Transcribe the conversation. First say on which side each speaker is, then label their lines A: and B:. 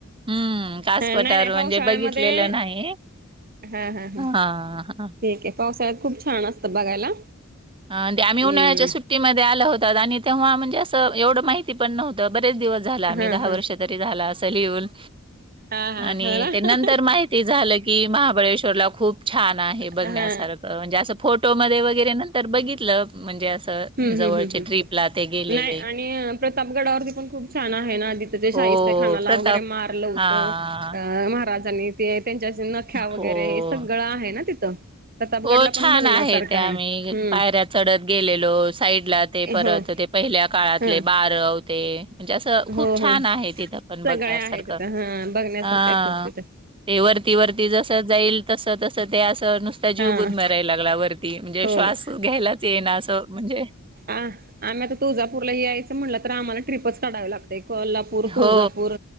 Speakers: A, on the right (about 25°); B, on the right (about 45°).
A: हम्म कासपटार
B: नाही नाही
A: म्हणजे
B: पावसाळ्यामध्ये
A: बघितलेलं नाही.
B: हा हा हा.
A: आ हा.
B: ठीक आहे, पावसाळ्यात खूप छान असतं बघायला.
A: आन ते आम्ही
B: हम्म
A: उन्हाळच्या सुट् टी मध्ये आलं होतात आणि तेव्हा म्हणजे असं एवढं माहिती पण नव्हतं बरेच दिवस झाला आम्ही
B: हा
A: दहा
B: हा
A: वर्षात तरी झाला असं येऊन
B: हा हा
A: आणि
B: ह ना
A: ते नंतर माहिती झालं की महाबळेश्वरला खूप छान आहे बघण्यासार
B: हा
A: म्हणजे असं फोटोमध्ये वगैरे नंतर बघितलं म्हणजे असं
B: हम्म हम्म
A: जवळचे
B: हम्म हम्म
A: ट्रिपला
B: हम्म,
A: ते गेलेले.
B: नाही आणि प्रतापगडावरती पण खूप छान आहे ना तिथं ते शाहिस्ते
A: हो,
B: खानाला
A: प्रताप
B: वगैरे मारलं होतं
A: हां.
B: अ महाराजांनी ते त्यांच्या असे नख्या वगैरे
A: हो.
B: हे सगळं आहे ना तिथं. प्रतापगडला
A: हो छान
B: पण बघण्यासारखं
A: आहे त्या आम्ही
B: हम्म
A: पायऱ्यात चढत गेलेलो साईडला ते परत
B: हो
A: ते पहिल्या काळातले
B: ह
A: बारवते म्हणजे असं खूप
B: हो
A: छान
B: हो.
A: आहे तिथं पण बघण्यासारखं
B: सगळे आहे तिथं हा बघण्यासारखं
A: आं.
B: आहे खूप तिथं
A: ते वरती-वरती जसं जाईल तसं तसं ते असं नुसता
B: हा.
A: जीवगुत मारयला लागला वर ती म्हणजे
B: हो
A: श्वास घ्यायलाच ये ना असं म्हणजे
B: हां, आम्ही आता तुजापूरला यायचं म्हणलं, तर आम्हाला ट्रिपच काढावी लागते. कोल्हा पूर तुळजापूर,
A: हो